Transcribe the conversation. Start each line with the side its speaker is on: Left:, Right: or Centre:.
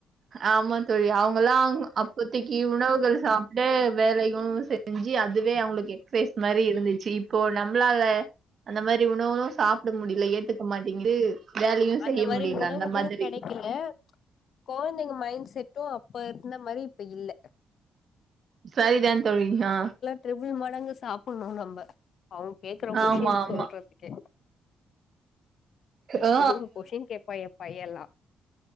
Right: ஆமா தோழி அவுங்கல்லா அப்பத்திக்கு உணவுகள் சாப்ட்டு வேலையு செ ஞ்சு அதுவே அவுங்களுக்கு எக்சசைஸ் மாரி இருந்துச்சு இப்போ நம்ளால அந்த மாரி உணவுகளு சாப்ட முடில ஏத்துக்க மாட்டேங்குது வேலையு
Left: அந்த
Right: செய்ய
Left: மாரி
Right: முடில
Left: உணவுகளு
Right: அந்த மாதிரி
Left: கெடைக்கல கொழந்தைங்க மைண்ட் செட்டு அப்ப இருந்த மாரி இப்ப இல்ல
Right: சரி தா தோழி ஆ
Left: டிரிபிள் மடங்கு சாப்புணு நம்ப அவுங்க கேக்குற கொஷின்னு
Right: ஆமா ஆமா
Left: சொல்றதுக்கே
Right: ஆ
Left: நூறு கொஷின் கேட்பா எ பையன்லா